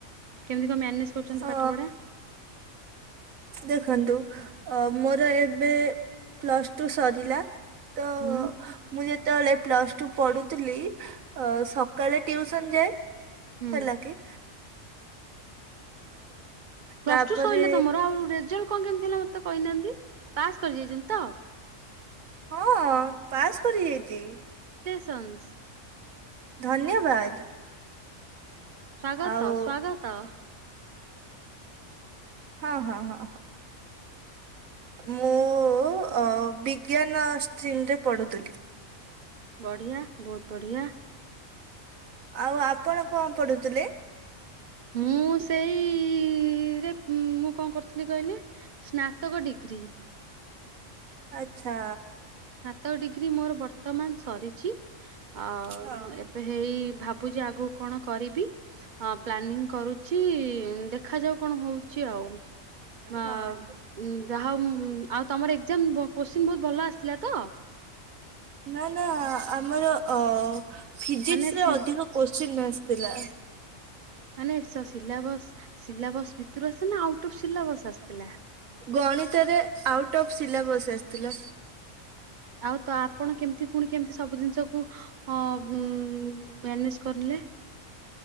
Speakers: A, on the right (about 45°); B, on the right (about 80°).
A: କେମିତି କଣ ମ୍ୟାନେଜ କରୁଛନ୍ତି
B: ଅ
A: ପାଠ ପଢା
B: ଦେଖନ୍ତୁ। ଅ ମୋର ଏବେ ପ୍ଲସ ଟୁ ସରିଲା। ତ ମୁଁ
A: ହୁଁ
B: ଯେତ କେତେବେଳେ ପ୍ଲସ ଟୁ ପଢୁଥିଲି ଅ ସକାଳେ ଟିଉସନ୍ ଯାଏ।
A: ହୁଁ
B: ହେଲା କିି।
A: ପ୍ଲସ
B: ତାପରେ
A: ଟୁ ସରିଲା ତମର ଆଉ ରେଜଲ୍ଟ କଣ କେମିତି ହେଲା। ମତ ତ କହିନାହାନ୍ତି ପାସ୍ କରି ଯାଇଛନ୍ତି ତ।
B: ହଁ ପାସ୍। କରିଯାଇଛି।
A: ସନ୍ସ୍।
B: ଧନ୍ୟବାଦ।
A: ସ୍ଵାଗତ
B: ଆଉ
A: ସ୍ଵାଗତ।
B: ହଁ ହଁ ହଁ ହଁ ମୁଁ ବିଜ୍ଞାନ ଷ୍ଟ୍ରିମ୍ ରେ ପଢୁଥିଲି
A: ବଢିଆ ବହୁତ ବଢିଆ
B: ଆଉ ଆପଣ କଣ ପଢୁଥିଲେ?
A: ମୁଁ ସେଇରେ ମୁଁ କଣ କରୁଥିଲି କହିଲେ ସ୍ନାତକ ଡିଗ୍ରୀ
B: ଆଚ୍ଛା
A: ସ୍ନାତକ ଡିଗ୍ରୀ ମୋର ବର୍ତ୍ତମାନ ସରିଛି ଆଉ
B: ହଁ।
A: ଏବେ ହେଇ ଭାବୁଛି ଆଗକୁ କଣ କରିବି, ଅ ପ୍ଲାନିଂ କରୁଛି, ଦେଖାଯାଉ କଣ ହଉଛି ଆଉ ଆଁ
B: ହଁ।
A: ମଁ ଯାହା ହଉ ମଁ ଆଉ ତମର ଏଗ୍ଜାମ ଵ କୋଶ୍ଚିନ ବହୁତ ଭଲ ଆସିଥିଲା ତ
B: ନା ନା ଆମର ଅ ଫିଜିକ୍ସ
A: ମାନେ ସି
B: ରେ ଅଧିକ କୋଶ୍ଚିନ୍ ଆସେ ଥିଲା
A: ମାନେ ସିଲାବସ୍ ସିଲାବସ୍ ଭିତରୁ ଆସେ ନା ଆଉଟ ଅଫ୍ ସିଲାବସ୍ ଆସେ ପିଲା
B: ଗଣିତରେ ଆଉଟ୍ ଅଫ୍ ସିଲାବସ୍ ଆସିଥିଲା
A: ଆଉ ତ ଆପଣ କେମିତି ପୁଣି କେମିତି ସବୁ ଜିନିଷକୁ ଅ ମ୍ୟାନେଜ୍ କରିଲେ